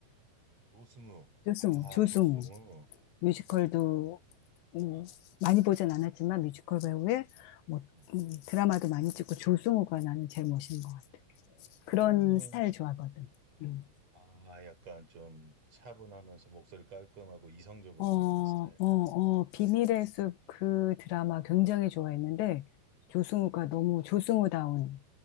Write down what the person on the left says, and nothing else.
조승우,
조승우.
뮤지컬도 뭐
많이 보진 않았지만 뮤지컬 배우에 뭐
음, 드라마도 많이 찍고 조승우가 나는 제일 멋있는 것 같아.
그런 스타일 좋아하거든. 음.
어, 어,
어, 비밀의 숲 그 드라마 굉장히 좋아했는데, 조승우가
너무 조승우다운,